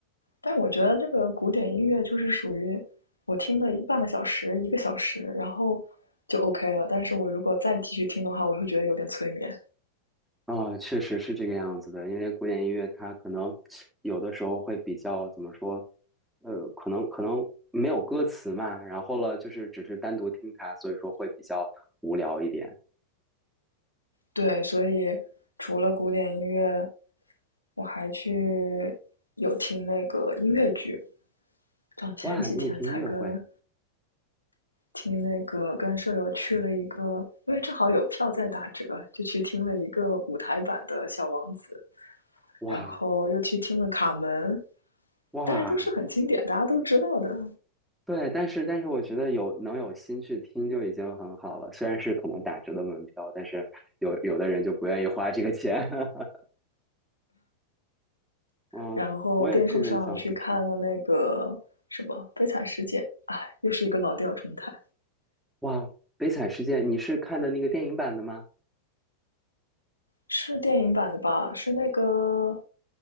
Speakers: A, on the left; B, in the centre.
A: 但是我觉得这个古典音乐就是属于我听了半个小时、一个小时，然后就 OK 了。但是我如果再继续听的话，我会觉得有点催眠。
B: 啊，确实是这个样子的。因为古典音乐它可能有的时候会比较怎么说，呃，可能可能没有歌词嘛，然后了就是只是单独听它，所以说会比较无聊一点。
A: 对，所以除了古典音乐，我还去有听那个音乐剧，像前几天才跟
B: 哇，你也听音乐会？
A: 听那个跟舍友去了一个，因为正好有票在打折，就去听了一个舞台版的《小王子》，
B: 哇
A: 然后又去听了《卡门》，
B: 哇，
A: 但是都是很经典，大家都知道的。
B: 对，但是但是我觉得有能有心去听就已经很好了，虽然是可能打折的门票，但是有有的人就不愿意花这个钱。<laughs> 嗯，
A: 然后电视上去看了那个什么《悲惨世界》，
B: 我也特别想去听。
A: 哎，又是一个老调重弹，
B: 哇，《悲惨世界》，你是看的那个电影版的吗？
A: 是电影版的吧？是那个